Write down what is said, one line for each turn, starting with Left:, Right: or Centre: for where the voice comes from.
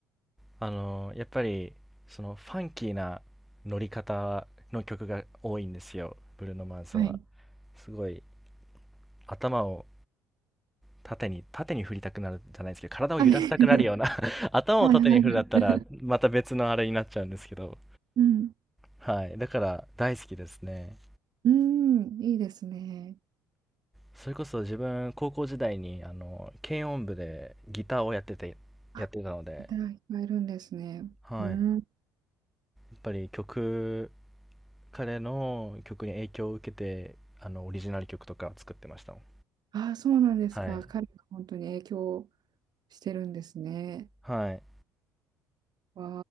Centre: あのやっぱりそのファンキーな乗り方の曲が多いんですよブルーノ・マーズは
Right: はい。
Centre: すごい頭を縦に、縦に振りたくなるじゃないですけど、体を揺らしたくなるような
Right: はい <laughs>
Centre: <laughs> 頭を縦に振るだったら、
Right: はいはいはい。
Centre: また別のあれになっちゃうんですけど、
Right: うん。
Centre: はい。だから、大好きですね。
Right: うん、いいですね。
Centre: それこそ自分、高校時代に、あの、軽音部でギターをやってて、やってたので、
Right: あ、いただいっいるんですね。
Centre: はい。
Right: うん。
Centre: やっぱり曲、彼の曲に影響を受けて、あの、オリジナル曲とか作ってましたもん。
Right: あ、そうなんですか。
Centre: はい。
Right: 彼が本当に影響してるんですね。
Centre: はい。
Right: わ